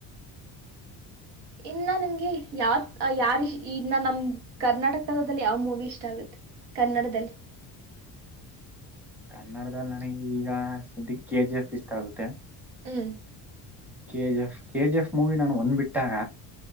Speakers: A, on the right (about 80°); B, in the centre.
A: ಇನ್ನ ನಿಮ್ಗೆ ಯಾವ ಯಾರ ಇನ್ನ ನಮ ಕರ್ನಾಟಕದಲ್ಲಿ ಯಾವ ಮೂವಿ ಇಷ್ಟ ಆಗುತ್ತೆ ಕನ್ನಡದಲ್ಲಿ
B: ಕನ್ನಡದಲ್ಲಿ ನನಗೆ ಈಗ ಸ್ದಿ ಕೆ ಜಿ ಎಫ್ ಇಷ್ಟ ಆಗುತ್ತೆ
A: ಹ್ಮ.. <inaudible>
B: K G F K G F movie ನಾನು ಒಂದ್ಬ ಬಿಟ್ಟಾಗ